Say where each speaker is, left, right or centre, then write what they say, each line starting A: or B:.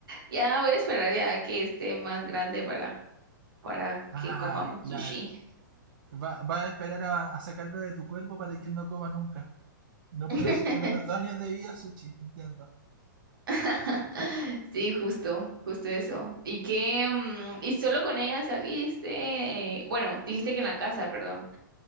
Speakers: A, on the right; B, on the right.
A: Ya voy a esperar ya que esté más grande para, para
B: Ah,
A: que comamos
B: claro.
A: sushi.
B: Va, va a esperar a, a sacarlo de tu cuerpo para que él no coma nunca. No pruebe
A: <laughs>
B: sus primeros dos años de vida, sushi. Entiendo.
A: <laughs> Sí, justo, justo eso. ¿Y qué? mm, ¿Y solo con ella saliste? Eh, bueno, dijiste que en la casa, perdón.